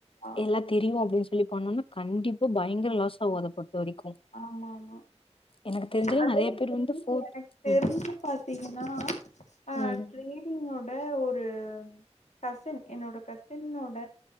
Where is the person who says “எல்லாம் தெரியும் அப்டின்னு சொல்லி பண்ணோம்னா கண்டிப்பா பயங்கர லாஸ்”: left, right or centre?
Left